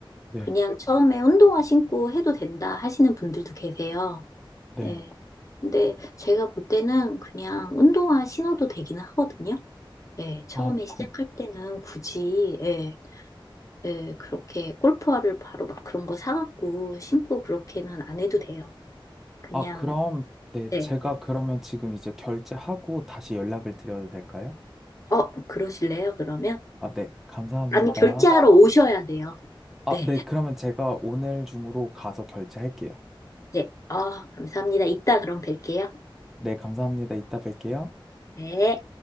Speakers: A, in the centre; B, on the left.
A: 네,
B: 그냥 처음에 운동화 신고 해도 된다 하시는 분들도 계세요.
A: 네.
B: 예. 근데 제가 볼 때는 그냥 운동화 신어도 되기는 하거든요. 예. 처음에
A: 아,
B: 시작할
A: 음,
B: 때는 굳이, 예, 예, 그렇게 골프화를 바로 막 그런 거 사갖고 신고 그렇게는 안 해도 돼요. 그냥,
A: 아, 그럼, 네,
B: 네.
A: 제가 그러면 지금 이제 결제하고 다시 연락을 드려도 될까요?
B: 어, 그러실래요? 그러면?
A: 아, 네, 감사합니다.
B: 아니, 결제하러 오셔야 돼요.
A: 아,
B: 네.
A: 네, 그러면 제가 오늘 중으로 가서 결제할게요.
B: 네. 아, 감사합니다. 이따 그럼 뵐게요.
A: 네, 감사합니다. 이따 뵐게요.
B: 네.